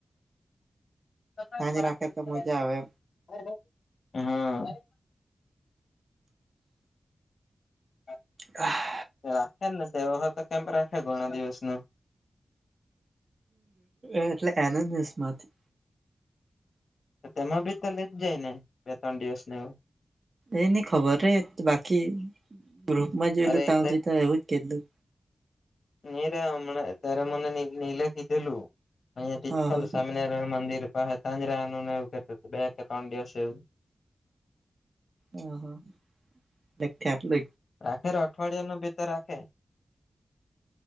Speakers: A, on the left; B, on the right.
A: <unintelligible>
B: ત્યાં જ રાખે તો મજા આવે
A: હમ <unintelligible>
B: હા
A: રાખે ને તે તો કેમ રાખે ઘણા દિવસ ન
B: એટલે એનંદ માંથી
A: તેમાં ભી તો લઈ જ જાય ને બે ત્રણ દિવસ ને એવું
B: એ નહ ખબર રે બાકી ગ્રુપમાં જોયેલું
A: અરે
B: ત્યાધ
A: એક
B: તો એવું જ કેલું
A: નહી રે હમણાં ત્યારે મને નીલે કીધેલું અહીયાયા તિથલ
B: હા હા
A: સ્વામિનારાયણ મંદિર પાસે તાંજરાનુંને એવું કે બે કે ત્રણ દિવસે એવું
B: હહા લખટલો
A: રાખે ર અઠવાડિયા નો ભીતર રાખે